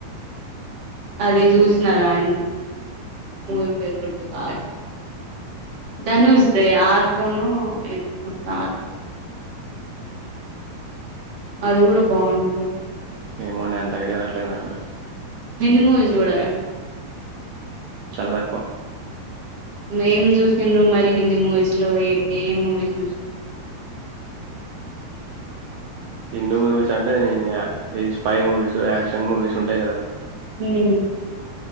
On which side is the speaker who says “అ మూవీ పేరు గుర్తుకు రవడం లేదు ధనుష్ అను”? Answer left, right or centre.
Right